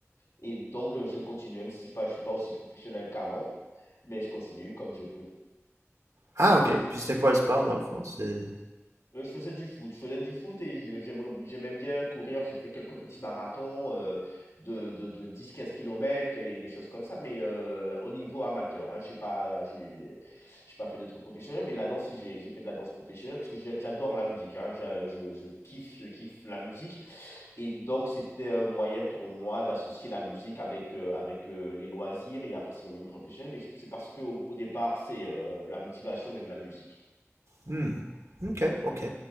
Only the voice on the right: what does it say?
Ah, ok. Puis c'était quoi le sport dans le fond? C'est...
Hmm. Ok, ok.